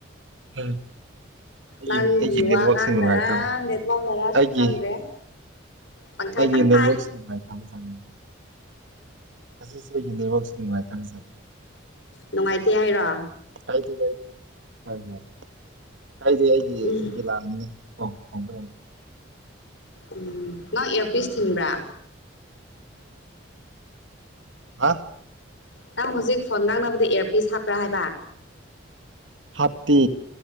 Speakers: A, on the right; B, on the left.
A: ꯑꯩ
B: ꯅꯪꯒꯤ
A: ꯑꯩꯒꯤ ꯅꯦꯠꯋꯥꯛꯁꯤ
B: ꯋꯥ ꯉꯥꯡꯅꯔꯥ
A: ꯅꯨꯡꯉꯥꯏꯇ
B: ꯅꯦꯠꯋꯥꯛꯅꯔꯥꯁꯨ
A: ꯑꯩꯒꯤ
B: ꯈꯪꯗ꯭ꯔꯦ ꯇꯪꯈꯥꯏꯇꯪ
A: ꯑꯩꯒꯤ ꯅꯦꯇꯋꯥꯛꯁꯤ
B: ꯇꯥꯏ
A: ꯅꯨꯡꯉꯥꯏꯇꯖꯥꯠꯅꯤ ꯑꯁꯤꯁꯨ ꯑꯩꯒꯤ ꯅꯦꯠꯋꯥꯛꯁꯤ ꯅꯨꯡꯉꯥꯏꯇꯕꯖꯥꯠꯅꯤ
B: ꯅꯨꯡꯉꯥꯏꯇꯦ ꯍꯥꯏꯔꯣ
A: ꯀꯥꯏꯗꯦ ꯀꯥꯏꯗꯦ <unintelligible> ꯀꯥꯏꯗꯦ ꯑꯩꯒꯤ
B: ꯎꯝ
A: ꯏꯔꯥꯟꯅꯤ ꯀꯣ <unintelligible>
B: ꯎꯝ ꯅꯪ ꯏꯌꯔꯄꯤꯁ ꯊꯤꯟꯕ꯭ꯔꯥ
A: ꯍꯥꯥ
B: ꯅꯪ ꯍꯧꯖꯤꯛ ꯐꯣꯟ ꯉꯥꯡꯅꯕꯗ ꯑꯦꯔꯄꯤꯁ ꯍꯥꯞꯄ꯭ꯔ ꯍꯥꯏꯕ
A: ꯍꯥꯞꯇꯤ